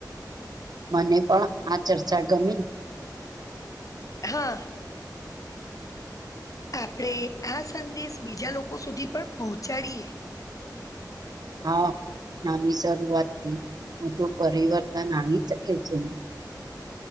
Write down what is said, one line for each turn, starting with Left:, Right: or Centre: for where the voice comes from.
Right: મને પણ આ ચર્ચા ગમી.
Left: હા, આપડે આ સંદેશ બીજા લોકો સુધી પણ પોચાડીએ.
Right: હા, નાની શરૂઆતથી મોટું પરિવર્તન આવી શકે છે.